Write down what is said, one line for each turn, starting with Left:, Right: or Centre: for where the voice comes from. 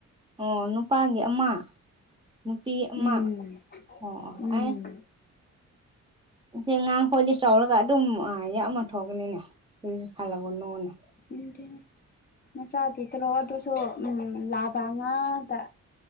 Right: ꯑꯣ ꯅꯨꯄꯥꯒꯤ ꯑꯃ ꯅꯨꯄꯤ ꯑꯃ
Left: ꯎꯝ
Right: ꯑꯣ ꯑꯣ
Left: ꯎꯝ
Right: ꯑꯩ ꯉꯁꯤ ꯑꯉꯥꯡꯈꯣꯏꯗꯤ ꯆꯥꯎꯔꯒ ꯑꯗꯨꯝ ꯑ ꯌꯥꯝꯃ ꯊꯣꯛꯀꯅꯤꯅꯦ ꯀꯔꯤꯁꯨ ꯈꯜꯂꯨꯒꯅꯨꯅꯦ
Left: ꯏꯟꯗ‌ꯦ ꯃꯆꯥ ꯗꯤꯠꯇꯔꯣ ꯑꯗꯨꯁꯨ ꯎꯝ ꯂꯥꯕ ꯉꯥꯛꯇ